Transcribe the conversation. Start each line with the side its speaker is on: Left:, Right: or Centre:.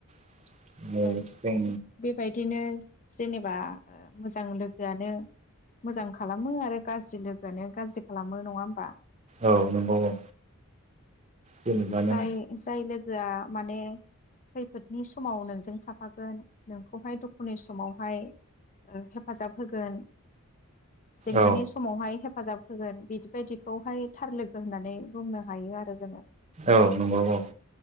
Right: <unintelligible>
Left: ओं थिग बेबायदिनो जेनेबा ओ मोजां लोगोआनो मोजां खालामो आरो गाज्रि लोगोआनो गाज्रि खालामो नङा होमबा?
Right: औ नंगौ औ जेनेबा नों
Left: जाय जाय लोगोआ माने खैफोदनि समाव नों जों थाफागोन नोंखौहाय दुखुनि समाव हाय ओ हेफाजाब होगोन। जेंनानि
Right: औ
Left: समावहाय हेफ फाजाब होगोन बिदिबायदिखौहाय थार लोगो होननानै बुंनो हायो आरो जोङो।
Right: औ नंगौ औ।